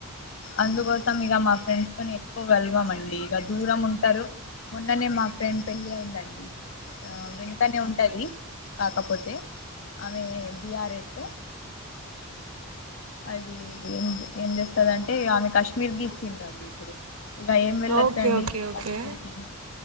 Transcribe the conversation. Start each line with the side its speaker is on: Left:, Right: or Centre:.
Left: అందుకోసం ఇగ మా ఫ్రెండ్స్ తోని ఎక్కువ వెల్వమండి ఇగ దూరం ఉంటరు మొన్ననే మా ఫ్రెండ్ పెళ్ళి అయిందండి ఆ వెంటనే ఉంటది కాకపోతే అమె బిఆర్ఎస్సు అదీ ఏం ఏం జేస్తదం టే ఆమె కశ్మీర్ గీ ఇచ్చిండ్రండి ఇప్పుడు ఇక ఏం వెళ్ళొచ్చండి
Right: ఆ ఓకే ఓకే ఓకే
Left: కాశ్మీర్కి